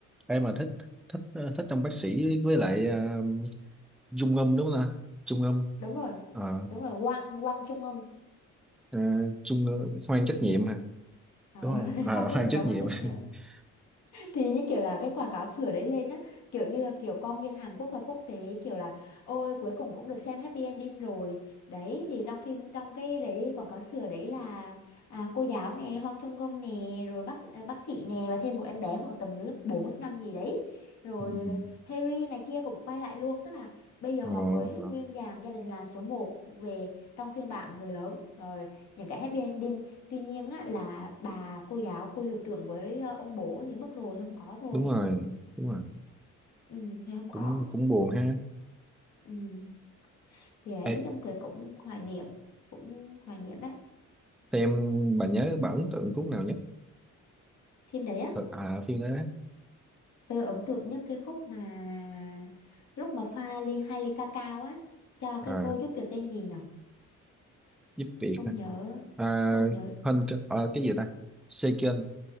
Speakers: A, in the centre; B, on the left.
A: ai mà thích thích ờ, thích trong bác sĩ với lại à, Trung Ngâm đúng không ta Trung Ngâm
B: đúng rồi
A: Ờ,
B: đúng rồi Wang Wang Trung Âm
A: à, Trung Hoan trách nhiệm hả
B: à,
A: đúng
B: đúng
A: không
B: rồi
A: à,
B: <laughs> Hoan rất
A: Hoan
B: nhiều
A: trách
B: Hoan
A: nhiệm
B: rất nhiều
A: <laughs>
B: thì như kiểu là cái quảng cáo sửa đấy lên á kiểu như là kiểu con dân Hàn Quốc và quốc tế kiểu là ôi cuối cùng cũng được xem happy ending rồi đấy thì trong phim trong cái đấy quảng cáo sửa đấy là à, cô giáo nè Hoàng Trung Ngâm nè rồi bác à, bác sĩ nè và thêm một em bé khoảng tầm lớp 4 lớp 5 gì đấy rồi
A: ừ.
B: Harry này kia cũng quay lại luôn tức là bây giờ
A: Ờ,
B: họ mời hết nguyên dàn gia đình là số một về trong phiên bản người lớn rồi những cái happy ending Tuy nhiên á, là bà cô giáo, cô hiệu trưởng với ờ, ông bố thì mất rồi, thì không có thôi.
A: đúng rồi đúng rồi
B: Ừ, thì không có.
A: cũng cũng buồn ha
B: Ừ. Thì đấy,
A: Ê,
B: nói chung cái cũng hoài niệm, cũng hoài niệm đấy.
A: em bà nhớ bà ấn tượng thuốc nào nhất
B: Phim đấy á,
A: Ờ, à phim đó
B: tôi ấn tượng nhất cái khúc mà lúc mà pha ly hai ly ca cao á, cho cái
A: à,
B: cô giúp việc tên gì nhở
A: giúp việc
B: Không
A: hả?
B: nhớ,
A: à,
B: không nhớ
A: hơn à, cái gì ta Seiken